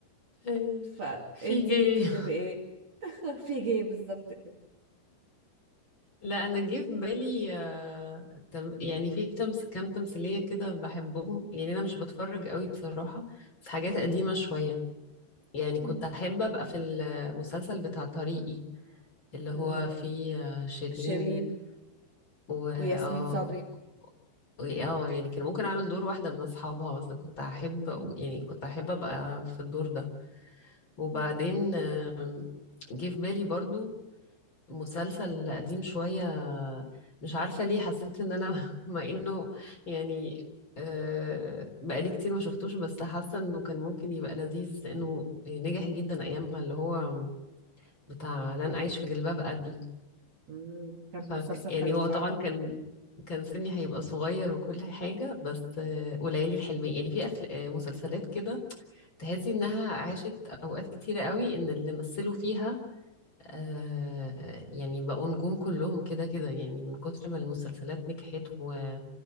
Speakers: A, on the left; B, on the right.
A: اي
B: فأنتي
A: في جي
B: كنت تبقي إيه؟ <laughs> في جاي بالظبط كده
A: لا انا جه في بالي آه، تم يعني في تمس كام تمثيليه كده بحبهم يعني انا مش بتفرج قوي بصراحه بس حاجات قديمه شويه يعني
B: مم.
A: كنت احب ابقى في المسلسل بتاع طريقي اللي هو
B: مم.
A: فيه آه، شيرين
B: شيرين
A: و اه
B: وياسمين صبري
A: اه يعني كان ممكن اعمل دور واحده من اصحابها مثلا كنت احب
B: مم.
A: يعني كنت احب ابقى في الدور ده وبعدين
B: مم.
A: آم، جه في بالي برضو مسلسل قديم شوية مش عارفة ليه حسيت ان انا <laughs> مع انه يعني آه، بقالي كتير ما شفتوش بس حاسة انه كان ممكن يبقى لذيذ لانه نجح جدا ايامها اللي هو بتاع لن اعيش في جلباب ابي
B: مم. كان
A: ف
B: مسلسل
A: يعني
B: حلو
A: هو
B: فعلا
A: طبعا كان كان سني هيبقى صغير وكل حاجة بس آه، وليالي الحلمية يعني في أفل... آه، مسلسلات كده تحسي انها عاشت اوقات كتيرة قوي ان اللي مثلوا فيها آه يعني بقوا نجوم كلهم كده كده يعني من كتر ما المسلسلات نجحت و...